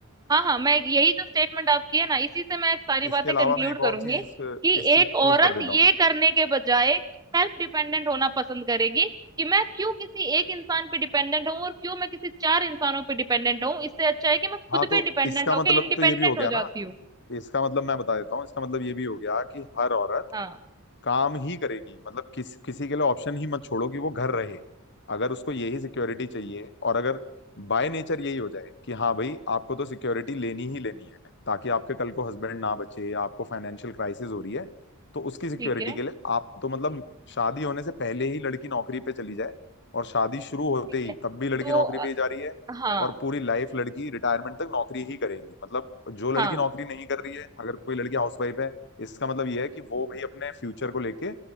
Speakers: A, on the right (about 15°); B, on the left (about 55°).
A: हाँ हाँ मैं यही जो स्टेटमेंट आपकी है ना इसी से मैं सारी बातें
B: इसके अलावा
A: कंक्लूड
B: मैं एक
A: करूंगी
B: और चीज इस इस
A: कि
B: चीज
A: एक
B: की प्रूफ
A: औरत
B: कर देता
A: ये
B: हूँ
A: करने के बजाय सेल्फ डिपेंडेंट होना पसंद करेगी कि मैं क्यों किसी एक इंसान पे डिपेंडेंट हूँ और क्यों मैं किसी चार इंसानों पे डिपेंडेंट हूँ इससे अच्छा है कि मैं खुद
B: हाँ
A: पे
B: तो
A: डिपेंडेंट
B: इसका
A: होके
B: मतलब
A: इंडिपेंडेंट
B: तो ये भी हो गया
A: हो
B: ना
A: जाती हूँ
B: इसका मतलब मैं बता देता हूँ इसका मतलब ये भी हो गया कि हर औरत
A: हाँ
B: काम ही करेगी मतलब किस किसी के लिए ऑप्शन ही मत छोड़ो कि वो घर रहे अगर उसको यही सिक्योरिटी चाहिए और अगर बाय नेचर यही हो जाए कि हाँ भाई आपको तो सिक्योरिटी लेनी ही लेनी है ताकि आपके कल को हस्बैंड ना बचे या आपको फाइनेंशियल क्राइसिस हो रही है तो उसकी सिक्योरिटी
A: ठीक है
B: के लिए आप तो मतलब शादी होने से पहले ही लड़की नौकरी पे चली जाए और शादी शुरू होते
A: ठीक
B: ही
A: है
B: तब भी लड़की
A: तो
B: नौकरी
A: अ,
B: पे ही जा रही है
A: हाँ
B: और पूरी लाइफ लड़की रिटायरमेंट तक नौकरी ही करेगी मतलब जो लड़की
A: हाँ
B: नौकरी नहीं कर रही है अगर कोई लड़की हाउसवाइफ है इसका मतलब ये है कि वो भाई अपने फ्यूचर को लेके